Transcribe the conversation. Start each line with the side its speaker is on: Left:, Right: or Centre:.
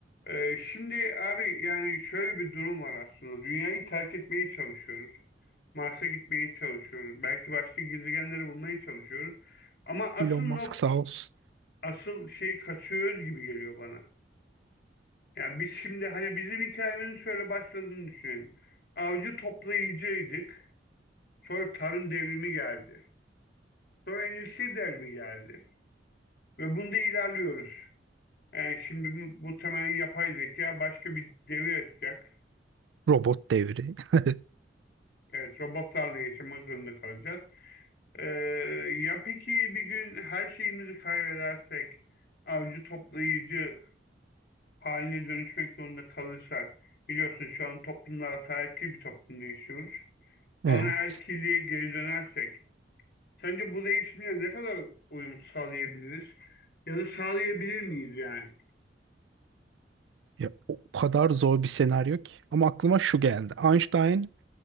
Left: Ee, şimdi abi yani şöyle bir durum var aslında. Dünyayı terk etmeye çalışıyoruz. Mars'a gitmeye çalışıyoruz. Belki başka gezegenleri bulmaya çalışıyoruz. Ama asıl
Right: Elon
Left: nok
Right: Musk sağ olsun.
Left: asıl şey kaçıyoruz gibi geliyor bana. Yani biz şimdi hani bizim hikayemizin şöyle başladığını düşünelim. Avcı toplayıcıydık. Sonra tarım devrimi geldi. Sonra endüstri devrimi geldi. Ve bunda ilerliyoruz. Yani şimdi bu, bu temel yapay zeka başka bir devir açacak.
Right: Robot devri. <laughs>
Left: Evet, robotlarla yaşamak zorunda kalacağız. Ee, ya peki bir gün her şeyimizi kaybedersek, avcı toplayıcı haline dönüşmek zorunda kalırsak, biliyorsun şu an toplumlar ataerkil bir toplumda yaşıyoruz. Anaerkilliğe
Right: Evet.
Left: geri dönersek, sence bu değişimle ne kadar uyum sağlayabiliriz? Ya da sağlayabilir miyiz yani?
Right: Ya, o kadar zor bir senaryo ki. Ama aklıma şu geldi. Einstein